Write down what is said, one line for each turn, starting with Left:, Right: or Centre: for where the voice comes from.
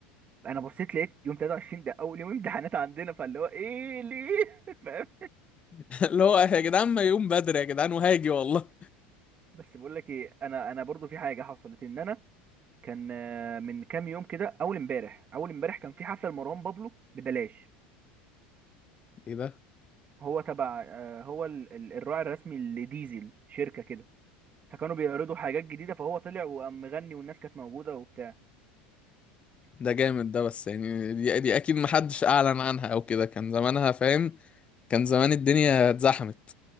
Right: انا بصيت لقيت يوم 23 ده اول يوم امتحانات عندنا فاللي هو ايه ليه <laughs> فاهم
Left: <laughs> اللي هو يا جدعان ما يقوم بدري يا جدعان وهاجي والله
Right: بس بقول لك ايه انا انا برضو في حاجه حصلت ان انا كان آه، من كام يوم كده اول امبارح اول امبارح كان في حفله لمروان بابلو ببلاش
Left: <laughs> ايه ده
Right: هو تبع آه، هو ال- ال- الراعي الرسمي لديزل شركة كده فكانوا بيعرضوا حاجات جديدة فهو طلع وقام مغني والناس كانت موجودة وبتاع
Left: ده جامد ده بس يعني دي, دي اكيد محدش اعلن عنها او كده كان زمانها فاهم كان زمان الدنيا اتزحمت